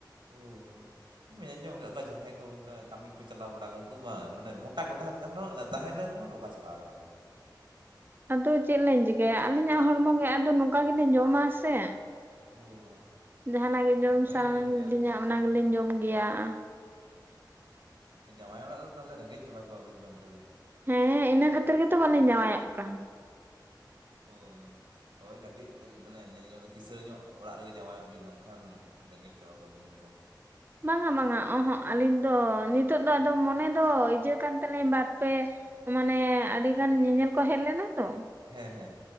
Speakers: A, on the right; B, on the right.
A: ᱚᱻ ᱤᱧ ᱟᱸᱡᱚᱢ ᱟᱠᱟᱫ ᱠᱚᱣᱟ ᱡᱟᱦᱟᱸᱭ ᱠᱚ ᱚᱱᱠᱟ ᱠᱟᱹᱢᱤ ᱠᱚ ᱪᱟᱞᱟᱣ ᱵᱟᱲᱟ ᱩᱱᱠᱩ ᱢᱟ ᱢᱟᱱᱮ ᱢᱚᱴᱟ ᱠᱚ ᱛᱟᱦᱮᱸ ᱞᱮᱱᱠᱷᱟᱱ ᱛᱟᱦᱮᱸ ᱞᱮᱱ ᱨᱮᱦᱚᱸ ᱨᱳᱜᱟ ᱪᱟᱵᱟ ᱠᱟᱱᱟ ᱠᱚ ᱾
B: ᱟᱫᱚ ᱪᱮᱫ ᱞᱮᱧ ᱪᱤᱠᱟᱭᱟ ᱟᱹᱞᱤᱧᱟᱜ ᱦᱚᱲᱢᱚ ᱜᱮ ᱟᱫᱚ ᱱᱚᱝᱠᱟ ᱜᱮᱞᱮᱧ ᱡᱚᱢᱟ ᱥᱮ
A: ᱚ
B: ᱡᱟᱦᱟᱱᱟᱜ ᱜᱮ ᱡᱚᱢ
A: ᱫᱚᱢᱮ
B: ᱥᱟᱱᱟ
A: ᱵᱤᱱ ᱡᱚᱢ ᱜᱮᱭᱟ
B: ᱞᱤᱧᱟ
A: ᱛᱟᱦᱚᱞᱮ
B: ᱚᱱᱟ ᱜᱮᱞᱤᱮᱧ ᱡᱚᱢ ᱜᱮᱭᱟ ᱾
A: ᱦᱮᱸ ᱡᱟᱶᱟᱭ ᱚᱲᱟᱜ ᱨᱮᱫᱚ ᱛᱟᱦᱚᱞᱮ ᱨᱮᱸᱜᱮᱡ ᱪᱟᱵᱟ ᱠᱚᱜᱣᱟᱵᱤᱱ ᱡᱚᱢ ᱛᱮᱜᱮ ᱾
B: ᱦᱮᱸ ᱤᱱᱟᱹ ᱠᱷᱟᱹᱛᱤᱨ ᱜᱮᱛᱚ ᱵᱟᱞᱮ ᱡᱟᱶᱟᱭᱚᱜ ᱠᱟᱱ ᱾
A: ᱚ ᱦᱳᱭ ᱠᱟᱹᱴᱤᱡ ᱢᱟᱱᱮ ᱧᱮᱞ ᱧᱚᱜ ᱫᱚ ᱠᱤᱥᱟᱹᱬ ᱧᱚᱜ ᱚᱲᱟᱜ ᱨᱮᱜᱮ ᱡᱟᱶᱟᱭᱚᱜ ᱵᱤᱱ ᱵᱟᱝᱠᱷᱟᱱ ᱨᱮᱸᱜᱮᱡ ᱪᱟᱵᱟ ᱠᱚᱣᱟᱵᱤᱱ ᱾ ᱮᱫᱚᱢ
B: ᱵᱟᱝᱟ ᱵᱟᱝᱟ ᱚᱦᱚᱸ ᱟᱹᱞᱤᱧ ᱫᱚ ᱱᱤᱛᱚᱜ ᱫᱚ ᱟᱫᱚ ᱢᱚᱱᱮ ᱫᱚ ᱤᱭᱟᱹ ᱠᱟᱱ ᱛᱟᱹᱞᱤᱧ ᱵᱟᱨ ᱯᱮ ᱢᱟᱱᱮ ᱟᱹᱰᱤ ᱜᱟᱱ ᱧᱮᱧᱮᱞ ᱠᱚ ᱦᱮᱡ ᱞᱮᱱᱟ ᱛᱚ
A: ᱦᱮᱸ ᱦᱮᱸ